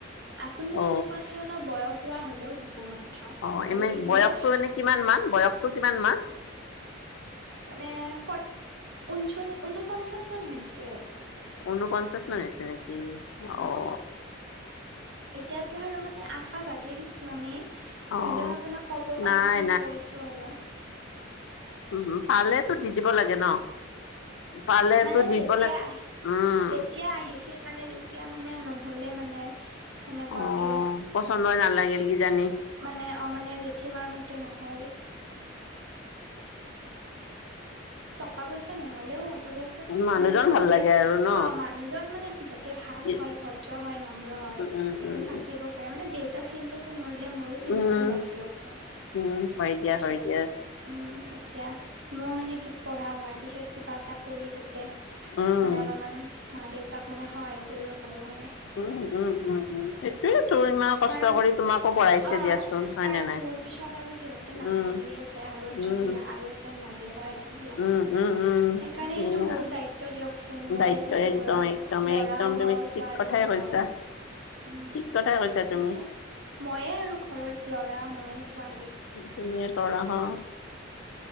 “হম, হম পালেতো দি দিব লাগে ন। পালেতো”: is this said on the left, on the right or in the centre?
Left